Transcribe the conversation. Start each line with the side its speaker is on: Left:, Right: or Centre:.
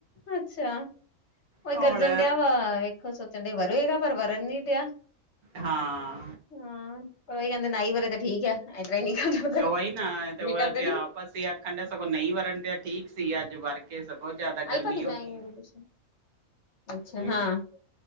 Left: ਅਛਾ ਉਹ
Right: ਹੁਣ
Left: ਗਰਜਣ ਡਿਆ ਵਾ ਵੇਖੋ ਸੋਚਣ ਡਿਆ ਵਰੋਏਗਾ ਪਰ ਵਰਨ ਨੀ ਡਿਆ
Right: ਹਾਂ
Left: ਹਾਂ ਪਰ ਉਹੀ ਕਹਿਦੇ ਨਾਈ ਵਰੇ ਤਾਂ ਠੀਕ ਆ। <unintelligible>
Right: ਉਹੀ ਨਾ ਤੇ ਉਹ
Left: ਕਰ ਦੇਣੀ
Right: ਤੇ ਆਪਸ ਹੀ ਆਖਣ ਡ ਸਗੋਂ ਨਹੀ ਵਰਨ ਤੇ ਠੀਕ ਸੀ ਅਜ ਵਰ ਕਿ ਸਗੋ ਜਿਆਦਾ
Left: ਆਈ
Right: ਗਰਮੀ ਹੋ ਗਈ।
Left: <inaudible> ਅਛਾ
Right: ਹਮ
Left: ਹਾਂ